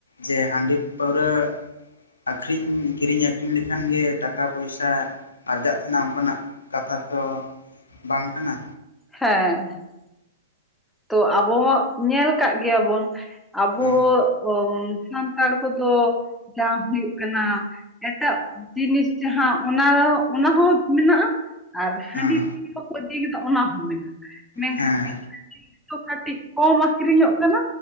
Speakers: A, on the left; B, in the centre.
A: ᱡᱮ ᱦᱟᱺᱰᱤ ᱯᱟᱹᱣᱨᱟᱹ ᱟᱹᱠᱷᱨᱤᱧ ᱠᱤᱨᱤᱧ ᱟᱹᱠᱷᱨᱤᱧ ᱞᱮᱠᱷᱟᱱ ᱜᱮ ᱴᱟᱠᱟ ᱯᱚᱭᱥᱟ᱾ ᱟᱨᱡᱟᱜ ᱛᱟᱦᱮᱹᱱᱟ ᱚᱱᱠᱟᱱᱟᱜ ᱠᱟᱛᱷᱟ ᱛᱚ ᱵᱟᱝ ᱠᱟᱱᱟ᱾
B: ᱦᱮᱸ, ᱛᱚ ᱟᱵᱚ ᱦᱚᱸ ᱧᱮᱞ ᱠᱟᱜ ᱜᱮᱭᱟᱵᱚᱱ ᱟᱵᱚ
A: ᱦᱮᱸ
B: ᱦᱚ ᱚ ᱥᱟᱱᱛᱟᱲ ᱠᱚᱫᱚ ᱡᱟᱝ ᱦᱩᱭᱩᱜ ᱠᱟᱱᱟ᱾ ᱮᱴᱟᱜ ᱡᱤᱱᱤᱥ ᱡᱟᱦᱟᱸ ᱚᱱᱟ ᱚᱱᱟ ᱦᱚᱸ ᱢᱮᱱᱟᱜ-ᱟ᱾ ᱟᱨ ᱦᱟᱺᱰᱤ
A: ᱦᱮᱸ
B: ᱯᱟᱹᱣᱨᱟᱹ ᱠᱚ ᱤᱫᱤ ᱠᱟᱫᱟ ᱚᱱᱟ ᱦᱚᱸ ᱢᱮᱱᱟᱜ-ᱟ ᱢᱮᱱᱠᱷᱟᱱ
A: ᱦᱮᱸ
B: <unintelligible> ᱠᱟᱹᱴᱤᱡ ᱠᱚᱢ ᱟᱹᱠᱷᱨᱤᱧᱚᱜ ᱠᱟᱱᱟ᱾